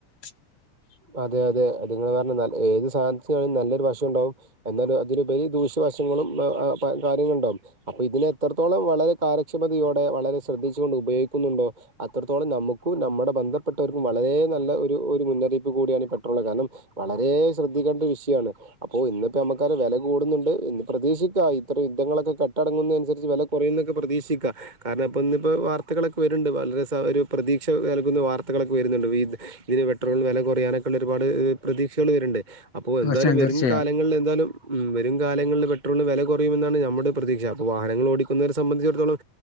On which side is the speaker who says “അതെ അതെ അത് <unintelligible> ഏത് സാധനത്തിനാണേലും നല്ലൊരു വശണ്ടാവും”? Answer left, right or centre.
Right